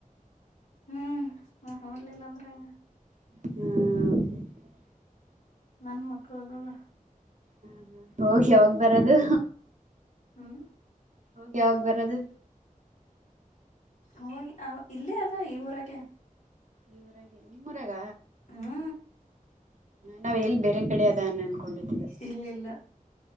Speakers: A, on the left; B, on the right.
A: ಹ್ಮ್ ಹಲಿಲ್ಲ ಅಂದ್ರೆ ಹಂಗ.
B: ಹ್ಮ
A: ನನ್ ಮಕ್ಳು ಅದವಾ.
B: ಹ ಹೋಗಿ ಯಾವಾಗ ಬರದು.
A: ಹ್ಮ್
B: ಹೋಗಿ ಯಾವಾಗ ಬರೋದು.
A: ಹೋಗಿ ಅವ ಇಲ್ಲಿ ಅದ ಈ ಊರಗೆ.
B: ಈವರಗೆ ನಿಮ್ಮ ಊರಾಗ
A: ಹಾ
B: ನಾವ್ ಎಲ್ಲಿ ಬೇರೆ ಕಡೆ ಅದ ಅನ್ಕೊಂಡಿದ್ದೀವಿ
A: ಇಲ್ಲ ಇಲ್ಲ